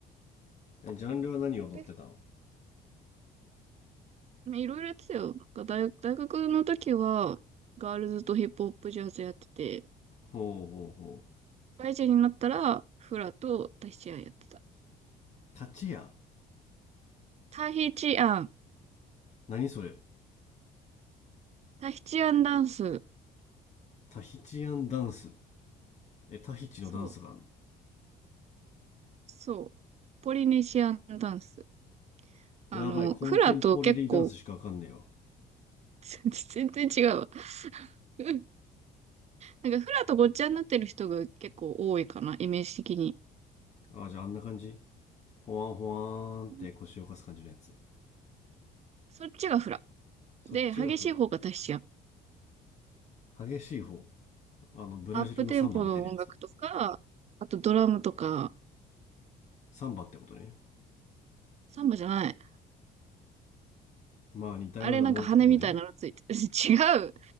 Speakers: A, on the left (about 40°); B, on the right (about 40°).
A: ジャンルは何踊ってたの
B: 絶対うん <laughs> いろいろやってたよ。なんか大、大学の時は、ガールズとヒップホップジャズやってて、
A: ほうほうほう
B: 社会人になったら、フラとタヒチアンやってた。
A: タチヤ
B: タヒチアン。
A: 何それ
B: タヒチアンダンス。
A: タヒチアンダンスえタヒチのダンスがあんの
B: そう。そう。ポリネシアンダンス。あの、
A: やばいコンテンポラリーダンスしかわかんねえよ
B: フラと結構、<laughs> 全然違うわ。うんなんかフラとごっちゃになってる人が結構多いかな、イメージ的に。
A: ああじゃああんな感じほわんほわーんって腰を浮かす感じのやつ
B: うんそっちがフラ。
A: そっちがフ
B: で、激しい方がタヒチアン。
A: ラ激しい方あのブラジルのサンバみたいなやつ
B: アップテンポの音楽とか、あとドラムとか、
A: サンバってことね
B: サンバじゃない。
A: まあ似たようなもんってことね
B: あれなんか羽みたいなのついてる。<laughs> 違う。